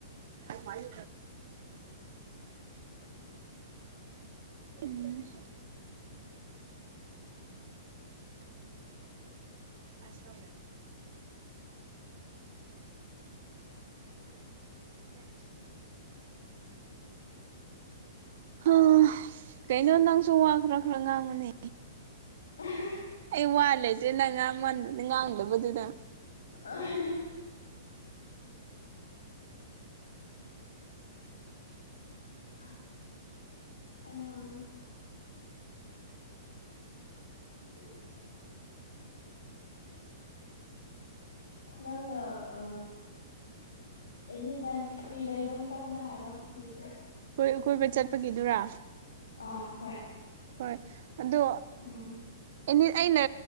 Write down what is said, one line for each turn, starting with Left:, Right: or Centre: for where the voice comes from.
Right: ꯁ ꯃꯥꯏꯟ ꯎꯝ ꯎ ꯐ ꯁ
Left: <inaudible>
Right: ꯑ ꯑ ꯀꯩꯅꯣ ꯅꯪꯁꯨ ꯋꯥ ꯈꯔ ꯈꯔ ꯉꯥꯡꯉꯅꯤ
Left: ꯑ
Right: ꯑꯩ ꯋꯥ ꯂꯩꯇ꯭ꯔꯦ ꯅꯪꯥꯡ ꯉꯥꯡꯗꯕꯗꯨꯅ
Left: ꯑ ꯇ ꯑ ꯌꯦꯗꯤ ꯃꯤꯁ ꯄꯣ ꯂꯉ ꯑ ꯑꯦꯅꯤ ꯇꯥꯏꯝ ꯐꯤ ꯂꯩꯕ ꯃꯇꯝꯗ ꯍꯥꯏꯔꯣ ꯑꯗꯨꯗꯤ
Right: ꯣꯏ ꯀꯣꯏꯕ ꯆꯠꯄꯒꯤꯗꯨꯔꯥ
Left: ꯑ ꯍꯣꯏ
Right: ꯍꯣꯏ ꯑꯗꯣ
Left: ꯎꯝ
Right: ꯎ ꯑꯩꯅ